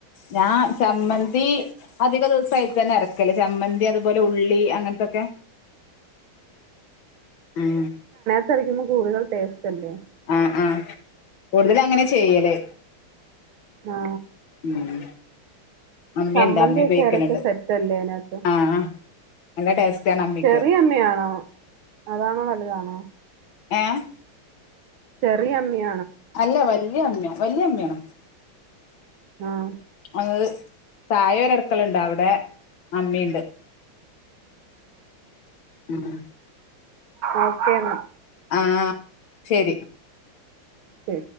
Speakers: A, on the left; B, on the right.
A: ഞാ ചമ്മന്തി അധികദിവസോതിത്തന്നെ അരക്കുക ക്ക ചമ്മന്തി അതുപോലെ ഉള്ളി ങ്ങനത്തോക്കേ ഉം.
B: വറത്തുരാകുപ്പോ കൂടുതൽ ടേസ്റ്റ്. അല്ലേ
A: ആ ആ കൂടുതലങ്ങനേ ചെയ്യല്.
B: ആ
A: ഉം അമ്മിയുണ്ട്
B: ചമ്മന്തിയൊക്കെഅരച്ച
A: അമ്മി ഉപയോഗിക്കലുണ്ട്
B: സെറ്റല്ലേനാത്ത്?
A: ആഹ് നല്ല ടേസ്റ്റ് ആണ് അമ്മിക്ക്
B: ചെറിയമ്മിയാണോ അതാണോ വലുതാണോ?
A: ഏഹ്
B: ചെറിയമ്മിയ
A: അല്ല വല്ല്യമ്മിയാ വല്ല്യമ്മിയാണ്. <inaudible>
B: ആം
A: അത് താഴെ ഒരു അടുക്കളെണ്ടവിടേ. അമ്മിയുണ്ട്. ഉം......
B: ഓക്കേ ന്നാ.
A: ആ ശരി.
B: ശരി